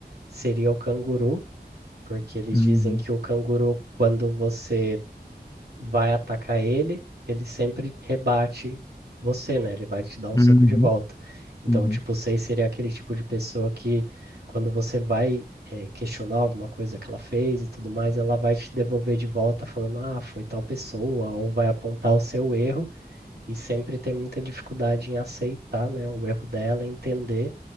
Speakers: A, on the right; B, on the left.
A: seria o canguru, porque eles
B: uhum,
A: dizem que o canguru, quando você vai atacar ele, ele sempre rebate você, né? Ele vai te dar um soco
B: uhum,
A: de volta. Então,
B: uhum,
A: tipo 6 seria aquele tipo de pessoa que, quando você vai, eh, questionar alguma coisa que ela fez e tudo mais, ela vai te devolver de volta falando, ah, foi tal pessoa, ou vai apontar o seu erro, e sempre tem muita dificuldade em aceitar, né, o erro dela, entender